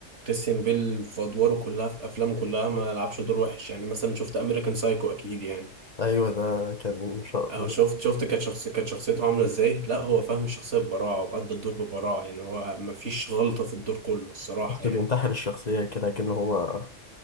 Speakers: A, on the right; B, on the left.
A: كريستيان بيل في أدواره كلها في أفلامه كلها ما لعبش دور وحش يعني مثلا شفت أمريكان سايكو أكيد يعني
B: ايوه ده كان شا-
A: اه شفت شفت كانت شخص كانت شخصيته عامله ازاي لا هو فاهم الشخصيه ببراعه وأدى الدور ببراعه يعني هو مفيش غلطه في الدور كله الصراحه
B: بس
A: يعني
B: بينتحل الشخصيه كده كأنه هو